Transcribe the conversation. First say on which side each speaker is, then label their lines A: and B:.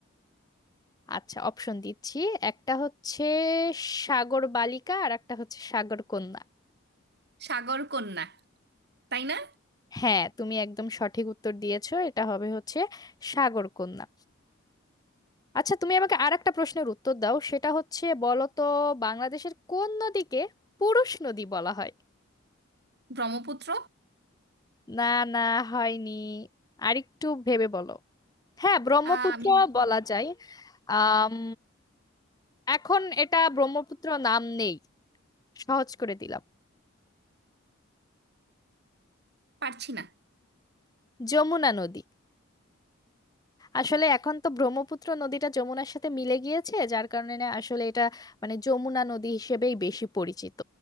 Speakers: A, on the left (about 20°); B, on the right (about 55°).
A: আচ্ছা অপশন দিচ্ছি একটা হচ্ছে সাগর বালিকা আর একটা হচ্ছে সাগর কন্যা
B: সাগর কন্যা তাই না
A: হ্যাঁ তুমি একদম সঠিক উত্তর দিয়েছো এটা হবে হচ্ছে সাগর কন্যা আচ্ছা তুমি আমাকে আর একটা প্রশ্নের উত্তর দাও সেটা হচ্ছে বলো তো বাংলাদেশের কোন নদীকে পুরুষ নদী বলা হয়
B: ব্রহ্মপুত্র
A: না না হয়নি আরেকটু ভেবে বলো হ্যাঁ ব্রহ্মপুত্র
B: আহ, আমি
A: বলা যায় আম এখন এটা ব্রহ্মপুত্র নাম নেই সহজ করে দিলাম
B: পারছি না
A: যমুনা নদী আসলে এখন তো ব্রহ্মপুত্র নদীটা যমুনার সাথে মিলে গিয়েছে যার কারণে না আসলে এটা মানে যমুনা নদী হিসেবেই বেশি পরিচিত